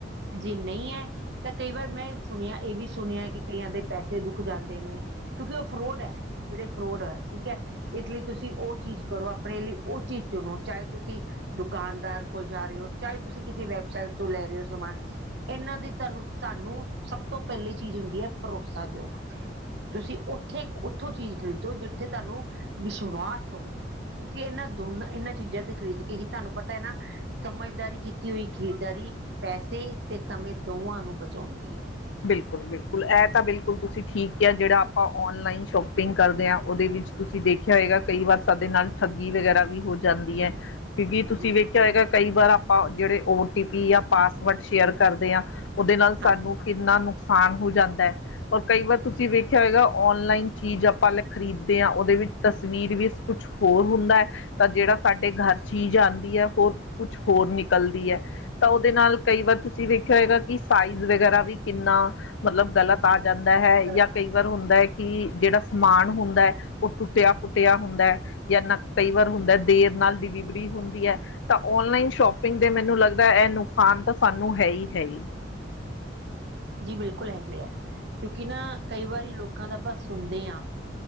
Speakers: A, on the right (about 65°); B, on the left (about 80°).
A: ਜੇ ਨਹੀਂ ਐ, ਤਾਂ ਕਈ ਵਾਰ ਮੈਂ ਸੁਣਿਆ, ਇਹ ਵੀ ਸੁਣਿਆ ਕਿ ਕਈਆਂ ਦੇ ਪੈਸੇ ਰੁਕ ਜਾਂਦੇ ਨੇ। ਕਿਉਂਕਿ ਉਹ ਫਰੋਡ ਐ, ਜੇੜੇ ਫਰੋਡ ਹੋਏ, ਠੀਕ ਹੈ ਇਸ ਲਈ ਤੁਸੀਂ ਉਹ ਚੀਜ਼ ਕਰੋ ਆਪਣੇ ਲਈ, ਉਹ ਚੀਜ਼ ਚੁਣੋ ਚਾਹੇ ਤੁਸੀਂ ਦੁਕਾਨਦਾਰ ਕੋਲ ਜਾ ਰਹੇ ਓ, ਚਾਹੇ ਤੁਸੀਂ ਕਿਸੇ ਵੈਬਸਾਈਟ ਤੋਂ ਲੈ ਰਹੇ ਹੋ ਸਮਾਨ। ਇਹਨਾਂ ਦੀ ਤੁਹਾਨੂੰ, ਤੁਹਾਨੂੰ ਸਭ ਤੋਂ ਪਹਿਲੀ ਚੀਜ਼ ਹੁੰਦੀ ਏ ਭਰੋਸਾਯੋਗ। ਤੁਸੀਂ ਉੱਥੇ, ਉੱਥੋਂ ਚੀਜ਼ ਖਰੀਦੋ ਜਿੱਥੇ ਤੁਹਾਨੂੰ ਵਿਸ਼ਵਾਸ ਹੋਵੇ। ਕਿਉਂਕਿ ਇਹਨਾਂ ਦੋਨਾਂ, ਇਹਨਾਂ ਚੀਜ਼ਾਂ ਤੇ ਖਰੀਦ ਕੇ ਹੀ ਤਾਨੂੰ ਪਤਾ ਹੈ ਨਾ ਸਮਝਦਾਰੀ ਕੀਤੀ ਹੋਈ, ਖਰੀਦਦਾਰੀ। ਪੈਸੇ ਤੇ ਸਮੇਂ ਦੋਵਾਂ ਨੂੰ ਬਚਾਉਂਦੀ ਐ।
B: ਬਿਲਕੁਲ- ਬਿਲਕੁਲ, ਐਹ ਤਾਂ ਬਿਲਕੁਲ ਤੁਸੀਂ ਠੀਕ ਕਿਆ ਜੇੜਾ ਆਪਾਂ ਔਨਲਾਈਨ ਸ਼ੋਪ ਸ਼ੋਪਿੰਗ ਕਰਦੇ ਆਂ, ਉਹਦੇ ਵਿੱਚ ਤੁਸੀਂ ਦੇਖਿਆ ਹੋਏਗਾ ਕਈ ਵਾਰ ਸਾਡੇ ਨਾਲ ਠੱਗੀ ਵਗੈਰਾ ਵੀ ਹੋ ਜਾਂਦੀ ਐ ਕਿਉਂਕਿ ਤੁਸੀਂ
A: ਜੀ
B: ਵੇਖਿਆ ਹੋਏਗਾ, ਕਈ ਵਾਰ ਆਪਾਂ ਜਿਹੜੇ O T P, password share ਕਰਦੇ ਆਂ। ਉਹਦੇ ਨਾਲ ਸਾਨੂੰ
A: ਹਾਂਜੀ
B: ਕਿੰਨਾ ਨੁਕਸਾਨ ਹੋ ਜਾਂਦਾ ਐ ਔਰ ਕਈ ਵਾਰ ਤੁਸੀਂ ਵੇਖਿਆ ਹੋਏਗਾ ਔਨਲਾਈਨ ਚੀਜ਼ ਆਪਾਂ ਲ ਖਰੀਦਦੇ ਆਂ, ਉਹਦੇ ਵਿੱਚ। ਤਸਵੀਰ ਵਿੱਚ ਕੁਛ ਹੋਰ ਹੁੰਦਾ ਤਾਂ ਜੇੜਾ ਸਾਡੇ ਗਰ ਚੀਜ਼ ਆਉਂਦੀ ਆ ਹੋਰ ਕੁਛ ਹੋਰ ਨਿਕਲਦੀ ਐ। ਤਾਂ ਉਹਦੇ ਨਾਲ ਕਈ ਵਾਰ ਤੁਸੀਂ ਵੇਖਿਆ ਹੋਏਗਾ ਕਿ ਸਾਈਜ਼ ਵਗੈਰਾ ਵੀ ਕਿੰਨਾ ਮਤਲਬ ਗਲਤ ਆ ਜਾਂਦਾ ਹੈ,
A: ਚਲੋ
B: ਜਾਂ ਕਈ ਵਾਰ ਹੁੰਦਾ ਐ ਕਿ ਜੇੜਾ ਸਮਾਨ ਹੁੰਦਾ ਹੈ, ਉਹ ਟੁੱਟਿਆ- ਫੁੱਟਿਆ ਹੁੰਦਾ ਐ, ਜਾਂ ਨੱਕ ਕਈਵਾਰ ਹੁੰਦਾ ਦੇਰ ਨਾਲ ਡਿਲੀਵਰੀ ਹੁੰਦੀ ਐ ਤਾਂ ਔਨਲਾਈਨ ਸ਼ੋਪਿੰਗ ਦੇ ਮੈਨੂੰ ਲੱਗਦਾ ਐਹ ਨੁਕਸਾਨ ਤਾਂ ਸਾਨੂੰ ਹੈ ਹੀ ਹੈ ਹੀ।
A: ਜੀ ਬਿਲਕੁਲ ਹੈਗੇ ਹੈ, ਕਿਉਂਕਿ ਨਾ, ਕਈ ਵਾਰੀ ਲੋਕਾਂ ਦਾ ਆਪਾਂ ਸੁਣਦੇ ਆਂ।